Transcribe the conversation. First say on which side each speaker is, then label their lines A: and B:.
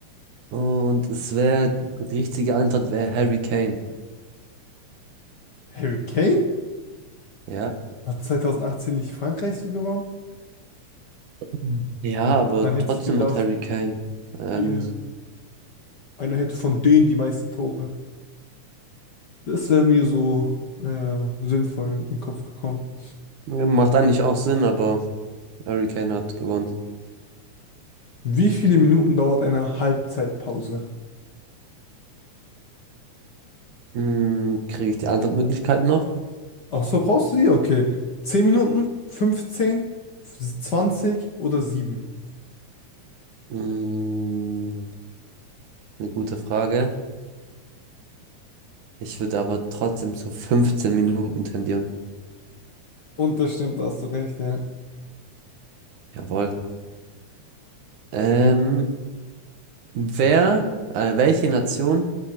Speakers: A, on the right (about 75°); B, on the left (about 45°).
A: und es wäre, die richtige Antwort wäre Harry Kane.
B: Harry Kane?
A: Ja.
B: Hat 2018 nicht Frankreich so gewonnen?
A: Hm. Ja,
B: Und
A: aber
B: dann hätte
A: trotzdem
B: ich gedacht,
A: hat Harry Kane. Ähm,
B: die, einer hätte von denen die meisten Tore. Das wäre mir so äh, sinnvoll in den Kopf gekommen.
A: ja, macht eigentlich auch Sinn, aber Harry Kane hat gewonnen.
B: Wie viele Minuten dauert eine Halbzeitpause?
A: Hm, kriege ich die Antwortmöglichkeiten noch?
B: Ach so, brauchst du sie? Okay. 10 Minuten, Fünfzehn? 20 oder 7?
A: Hm, eine gute Frage. Ich würde aber trotzdem zu fünfzehn Minuten tendieren.
B: Und das stimmt, da hast du recht, ja.
A: Jawohl. Ähm, wer, äh, welche Nation